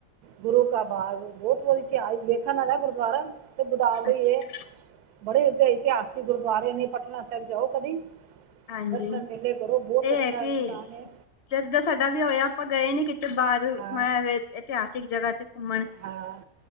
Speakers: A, on the right; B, on the left.
A: ਗੁਰੂ ਕਾ ਬਾਗ ਬੋਤ ਵੀ <unintelligible> ਵੇਖਣ ਵਾਲਾ ਗੁਰੂਦੁਆਰਾ। ਗੋਦਾਵਰੀ
B: ਅੱਛਾ
A: ਏ ਬੜੇ ਉਥੇ ਇਤਿਹਾਸਿਕ ਗੁਰਦੁਆਰੇ ਨੇ ਪਟਨਾ ਸਾਹਿਬ ਜਾਓ ਕਦੀ।
B: ਹਾਂਜੀ
A: ਦਰਸ਼ਨ ਵੇਲੇ ਕਰੋ ਬਹੁਤ
B: ਇਹ
A: ਅੱਛਾ
B: ਹੈ ਕਿ
A: ਸਥਾਨ ਐ।
B: ਜਦ ਦਾ ਸਾਡਾ ਵਿਆਹ ਹੋਇਆ ਆਪਾਂ ਗਏ ਨੀ ਕਿਤੇ ਬਾਹਰ
A: ਹਾਂ
B: ਮਤਲਬ ਇਤਿਹਾਸਿਕ ਜਗ੍ਹਾ ਤੇ ਘੁੰਮਣ।
A: ਹਾਂ